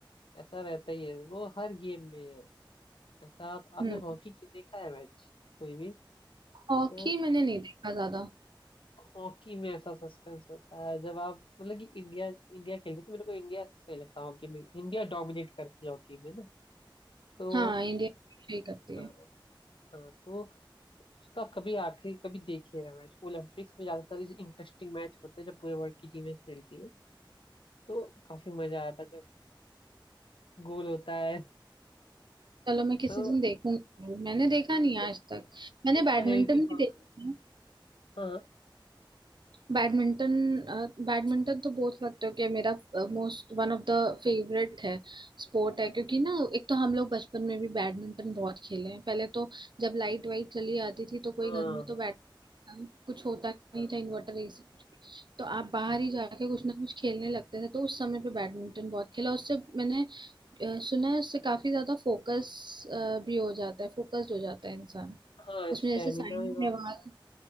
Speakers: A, on the left; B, on the right.
A: ऐसा रहता ही है वो हर गेम में है ऐसा आप आपने
B: हम्म
A: हॉकी की देखा है मैच कोई भी तो
B: हॉकी मैंने नहीं देखा ज्यादा
A: हॉकी में ऐसा सस्पेंस होता है जब आप मतलब कि इंडिया इंडिया खेलती है तो मेरे को इंडिया सही लगता है हॉकी में इंडिया डोमिनेट करती है हॉकी में ना तो
B: हाँ इंडिया ही करती
A: हाँ
B: है
A: हाँ, तो उसका कभी आखिरी कभी देखे रहा मैच ओलंपिक्स में ज्यादातर इंटरेस्टिंग मैच होते हैं जब पूरे वर्ल्ड की टीमें खेलती है तो काफी मजा आता है जब गोल होता है
B: चलो मैं किसी
A: तो
B: दिन देखूंगी मैंने देखा नहीं आज
A: जब
B: तक मैंने
A: जब
B: बैडमिंटन
A: पेनल्टी कॉर्नर
B: भी देखा है
A: हाँ
B: बैडमिंटन बैडमिंटन तो बोल सकते हो कि मेरा most one of the favourite है स्पोर्ट है क्योंकि ना एक तो हम लोग बचपन में भी बैडमिंटन बहुत खेले हैं पहले तो जब लाइट वाइट चली आती थी तो कोई
A: हाँ
B: घर में तो बैड कुछ होता नहीं
A: हाँ
B: था इन्वर्टर ऐसे कुछ भी तो आप बाहर
A: हाँ
B: ही जाके कुछ ना कुछ खेलने लगते थे तो उस समय पे बैडमिंटन बहुत खेला उससे मैंने अ, सुना है उससे काफी ज्यादा फोकस भी हो जाता है फोकस्ड हो जाता है इंसान
A: हाँ
B: उसमें
A: स्टेमिना
B: जैसे साइन
A: भी बढ़ता
B: नेहवाल
A: है